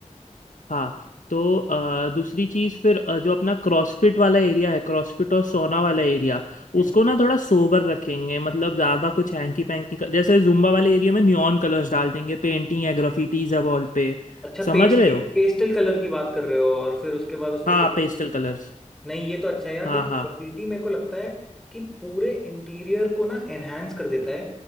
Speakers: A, on the left (about 80°); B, in the centre.
A: हाँ तो अ, दूसरी चीज फिर अ, जो अपना क्रॉसफिट वाला एरिया है क्रॉसफिट और सोना वाला एरिया
B: हम्म
A: उसको ना थोड़ा सोबर रखेंगे मतलब ज्यादा कुछ हैंकी पैंकी कर, जैसे जुम्बा वाले एरिया में नियॉन कलर्स डाल देंगे पेंटिंग है ग्राफिटीज है वॉल पे
B: अच्छा
A: समझ
B: पेस्टल
A: रहे हो
B: पेस्टल कलर की बात कर रहे हो और फिर उसके बाद उस पे
A: हाँ
B: ग्रे-
A: पेस्टल कलर्स
B: नहीं ये तो अच्छा है यार
A: हाँ
B: देखो
A: हाँ
B: ग्राफिटी मेरे को लगता है कि पूरे इंटीरियर को ना एनहेंस कर देता है